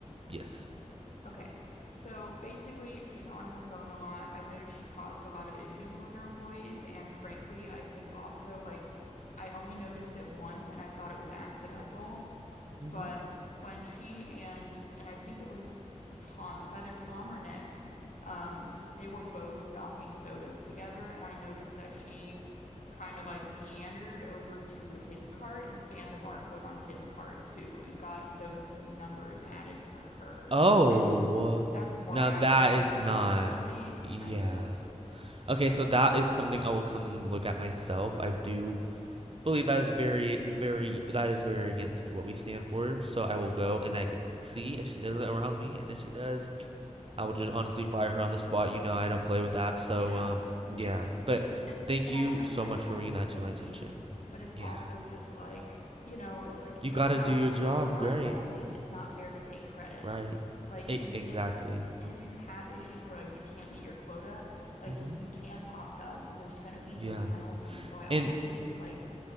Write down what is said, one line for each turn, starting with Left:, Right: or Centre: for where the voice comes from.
Right: Yes.
Left: Okay. So basically, she's on her phone a lot. I've noticed she caused a lot of issues with other employees. And frankly, I think also, like, I only noticed it once and I thought it was accidental.
Right: Mm-hmm.
Left: But when she and and I think it was Tom, it was either Tom or Nick, um, they were both stocking sodas together, and I noticed that she kind of like meandered over to his cart and scanned the barcode on his cart too, and got those numbers added to hers,
Right: Oh.
Left: which I that's why
Right: Now that
Left: I emailed
Right: is
Left: you
Right: not
Left: originally and
Right: yeah.
Left: kind of
Right: Okay,
Left: I
Right: so
Left: was
Right: that is something I will come and look at myself. I do believe that is very, very, that is very against what we stand for. So I will go and I can see if she does it around me, and if she does, I will just honestly fire her on the spot. You know, I don't play with that. So
Left: Yeah,
Right: um,
Left: and
Right: yeah.
Left: it's like
Right: But
Left: and,
Right: thank
Left: and
Right: you
Left: I, I
Right: so
Left: I
Right: much
Left: have
Right: for bringing
Left: sympathy,
Right: that to my attention.
Left: but it's
Right: Yeah,
Left: also just like, you know, it's like
Right: you
Left: that's
Right: gotta
Left: not
Right: do your job,
Left: if you're not
Right: right?
Left: helping, it's not fair to take credit.
Right: Right.
Left: Like
Right: E-
Left: and
Right: exactly.
Left: if and if you have issues where like you can't meet your quota, like
Right: hmm
Left: you can talk to us and there's gonna be
Right: Yeah.
Left: no penalty. So I honestly
Right: And
Left: just like,